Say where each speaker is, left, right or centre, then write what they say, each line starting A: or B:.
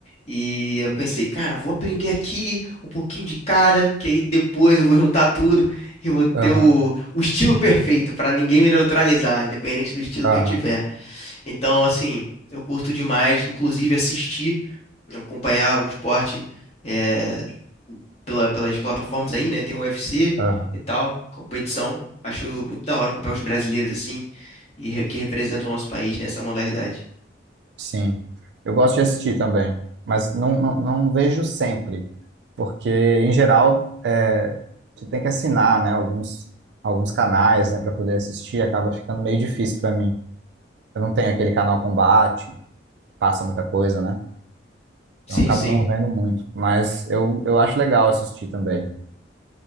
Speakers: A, on the left; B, on the right.
A: E eu pensei, cara, vou aprender aqui um pouquinho de cada, que aí depois eu vou juntar tudo e vou ter
B: Aham,
A: o, o estilo perfeito pra ninguém me neutralizar, independente do estilo
B: aham,
A: que eu tiver. Então, assim, eu curto demais, inclusive assistir, acompanhar o esporte. eh, pela, pelas plataformas aí, né? Tem o UFC
B: aham.
A: e tal, competição. Acho muito da hora acompanhar os brasileiros assim e re- que representam o nosso país nessa modalidade.
B: Sim, eu gosto de assistir também, mas não, não, não vejo sempre, porque em geral é, você tem que assinar, né, alguns, alguns canais, né, para poder assistir, acaba ficando meio difícil para mim. Eu não tenho aquele canal Combate, que passa muita coisa, né, então
A: Sim,
B: eu acabo
A: sim.
B: não vendo muito, mas eu, eu acho legal assistir também.